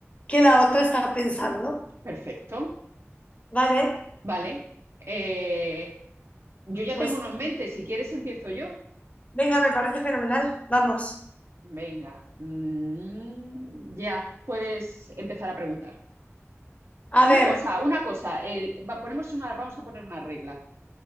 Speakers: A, on the left; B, on the right.
A: que la otra está pensando.
B: perfecto.
A: Vale,
B: Vale. Eh, yo ya
A: pues
B: tengo uno en mente. Si quieres, empiezo yo.
A: venga, me parece fenomenal. Vamos.
B: Venga. Mm, ya, puedes empezar a preguntar.
A: A
B: Una
A: ver,
B: cosa, una cosa. el- va- ponemos una, vamos a poner una regla.